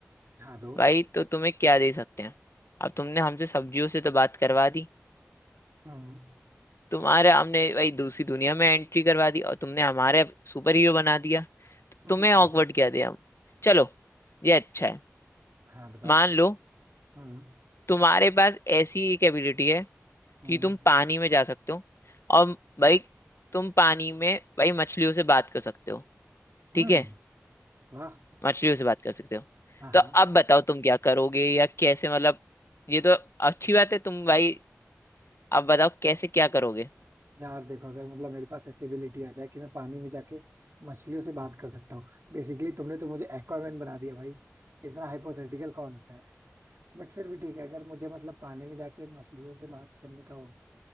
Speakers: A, on the right; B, on the left.
A: हाँ दो
B: भाई तो तुम्हें क्या दे सकते हैं अब तुमने हमसे सब्जियों से तो बात करवा दी
A: हम्म
B: तुम्हारे हमने भाई दूसरी दुनिया में एंट्री करवा दी और तुमने हमारे सुपर हीरो बना दिया तो
A: <laughs>
B: तुम्हें ऑकवर्ड क्या दे हम चलो ये अच्छा है
A: हाँ बताओ
B: मान लो
A: हम्म
B: तुम्हारे पास ऐसी एक एबिलिटी है
A: हम्म
B: कि तुम पानी में जा सकते हो और भाई तुम पानी में भाई मछलियों से बात कर सकते हो
A: हम्म,
B: ठीक है
A: वाह
B: मछलियों से बात कर सकते हो
A: हाँ
B: तो
A: हाँ
B: अब बताओ तुम क्या करोगे या कैसे मतलब ये तो अच्छी बात है तुम भाई अब बताओ कैसे क्या करोगे
A: यार देखो अगर मतलब मेरे पास ऐसी एबिलिटी आ जाए कि मैं पानी में जाके मछलियों से बात कर सकता हूँ बेसिकली तुमने तो मुझे एक्वामैन बना दिया भाई इतना हाइपोथेटिकल कौन होता है बट फिर भी ठीक है अगर मुझे मतलब पानी में जाके मछलियों से बात करने का हो